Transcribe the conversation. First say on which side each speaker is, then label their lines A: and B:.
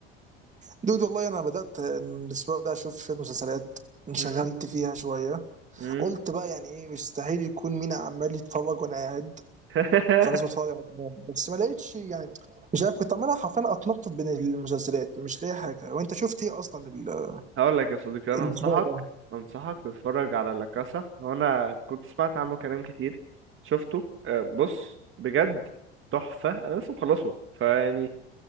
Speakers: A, on the right; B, on the right.
A: دود والله انا بدات الاسبوع ده اشوف شويه مسلسلات انشغلت
B: مم.
A: فيها شويه
B: مم.
A: قلت بقى يعني ايه مستحيل يكون مينا عمال يتفرج وانا قاعد
B: <laughs>
A: فلازم اتفرج على كمان بس ما لقيتش يعني مش عارف كنت عمال حرفيا اتنطط بين المسلسلات مش لاقي حاجه وانت شفت ايه اصلا ال-
B: هقول لك يا صديقي انا
A: الاسبوع
B: انصحك
A: ده
B: انصحك تتفرج على لا كاسا هو انا كنت سمعت عنه كلام كتير شفته آه، بص بجد تحفة انا لسه مخلصه فيعني